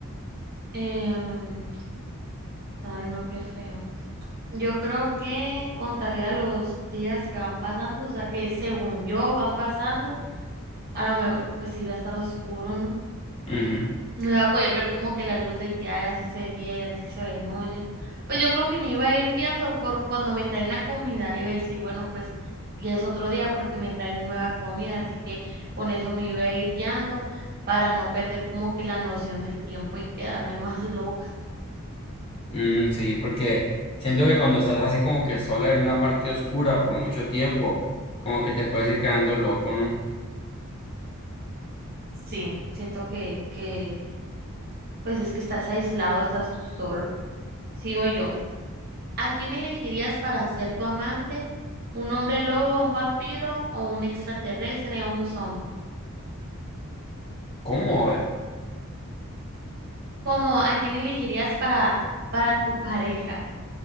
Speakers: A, on the right; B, on the left.
A: Em, ay, no, qué feo. Yo creo que contaría los días que van pasando, o sea, que según yo van pasando, a lo mejor pues sí va a estar oscuro, ¿no?
B: Ujú.
A: No iba a poder ver como que la luz de que hay así se de día y así se de noche. Pues yo creo que me iba a ir guiando por cuando me traen la comida, iba a decir, bueno, pues ya es otro día porque me traen nueva comida, así que con eso me iba a ir guiando para no perder como que la noción del tiempo y quedarme <laughs> más loca.
B: Mm, sí, porque siento que cuando estás así como que sola en una parte oscura por mucho tiempo, como que te puedes ir quedando loco, ¿no?
A: Sí, siento que, que, pues es que estás aislado, estás tú solo. Sigo yo. ¿A quién elegirías para ser tu amante? ¿Un hombre lobo, un vampiro o un extraterrestre o un zombie?
B: ¿Cómo? A ver.
A: ¿Cómo a quién elegirías para, para tu pareja?